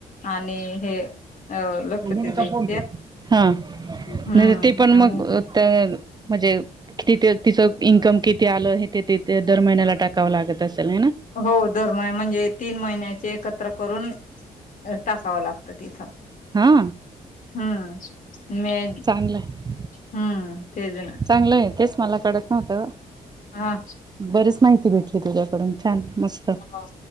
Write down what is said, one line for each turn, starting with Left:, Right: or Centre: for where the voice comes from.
Left: आणि हे अ लखपती
Right: भूमिका
Left: दचे
Right: फणत हा
Left: हम्म
Right: नाही ते पण
Left: आणि
Right: मग म्हणजे किती ते तिचं इन्कम किती आलं हे ते त दर महिन्याला टाकावं लागत असेल
Left: हो दर म म्हणजे तीन महिन्याचे एकत्र करून टाकाव लागतं तिथं
Right: हा
Left: हम्म म
Right: चांगलंय
Left: हम्म तेज ना
Right: चांगलंय तेच मला कळत नव्हत
Left: हा.
Right: बरीच माहिती भेटली तुझ्याकडून छान मस्त
Left: हा